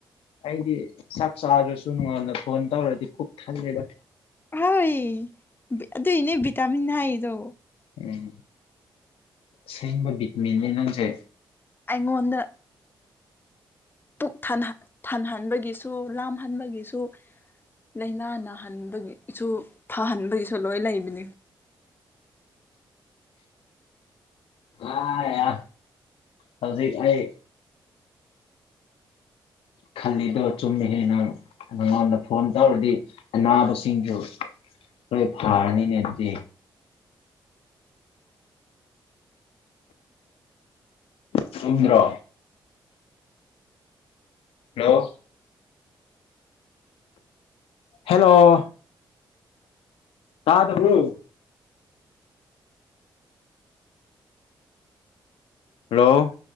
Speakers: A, on the left; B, on the left.
A: ꯑꯩꯗꯤ ꯆꯥꯛ ꯆꯥꯗ꯭ꯔꯁꯨ ꯃꯤꯉꯣꯟꯗ ꯐꯣꯟ ꯇꯧꯔꯗꯤ ꯄꯨꯛ ꯊꯜꯂꯦꯗ
B: ꯍꯣꯏ ꯑꯗꯨꯏꯅꯦ ꯚꯤꯇꯥꯃꯤꯟ ꯍꯥꯏꯗꯣ
A: ꯎꯝ ꯁꯦꯡꯕ ꯕꯤꯠꯃꯤꯟꯅꯅꯤ ꯅꯪꯁꯦ
B: ꯑꯩꯉꯣꯟꯗ ꯄꯨꯛ ꯊꯟꯍꯟꯕꯒꯤꯁꯨ ꯂꯥꯝꯍꯟꯕꯒꯤꯁꯨ ꯂꯥꯏꯅꯥ ꯅꯥꯍꯟꯕꯒꯤꯁꯨ ꯐꯍꯟꯕꯒꯤꯁꯨ ꯂꯣꯏ ꯂꯩꯕꯅꯤ
A: ꯑ ꯌꯥ ꯍꯧꯖꯤꯛ ꯑꯩ ꯈꯜꯂꯤꯗꯣ ꯆꯨꯝꯃꯤꯍꯦ ꯅꯪ ꯅꯉꯣꯟꯗ ꯐꯣꯟ ꯇꯧꯔꯗꯤ ꯑꯅꯥꯕꯁꯤꯡꯗꯨ ꯑꯩꯈꯣꯏ ꯐꯥꯔꯅꯤꯅꯦ ꯑꯗꯨꯗꯤ ꯆꯨꯝꯗ꯭ꯔꯣ ꯍꯜꯂꯣ ꯍꯜꯂꯣ ꯇꯗꯕ꯭ꯔꯣ ꯍꯜꯂꯣ